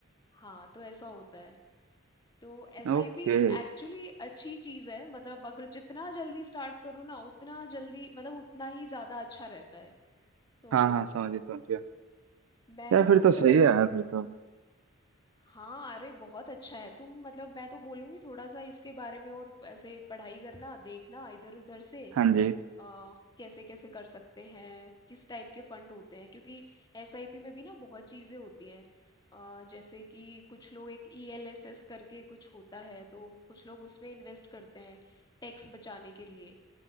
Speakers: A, on the left; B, on the right.
A: हाँ तो ऐसा होता है तो एसआईपी
B: okay
A: एक्चुअली अच्छी चीज़ है मतलब अगर जितना जल्दी स्टार्ट करो ना उतना जल्दी मतलब उतना ही ज़्यादा अच्छा रहता है तो
B: हाँ हाँ समझ गया समझ गया
A: मैंने
B: यार फिर
A: तो
B: तो
A: मतलब
B: सही
A: ऐसे
B: है यार फिर तो
A: हाँ अरे बहुत अच्छा है तुम मतलब मैं तो बोलूंगी थोड़ा सा इसके बारे में और ऐसे पढ़ाई करना देखना इधर उधर से
B: हाँ जी
A: आ, कैसे कैसे कर सकते हैं किस टाइप के फंड होते हैं क्योंकि एसआईपी में भी ना बहुत चीजें होती हैं अ, जैसे कि कुछ लोग एक ईएलएसएस करके कुछ होता है तो कुछ लोग उसमें इन्वेस्ट करते हैं टैक्स बचाने के लिए